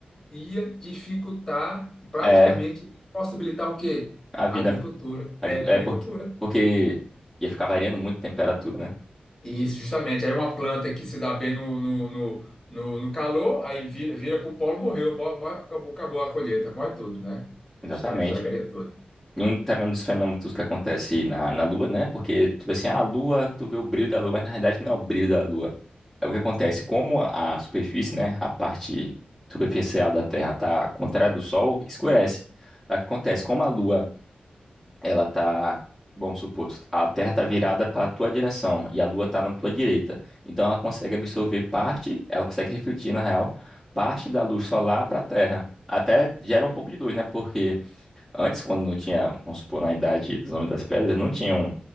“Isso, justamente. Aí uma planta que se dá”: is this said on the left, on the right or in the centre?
Left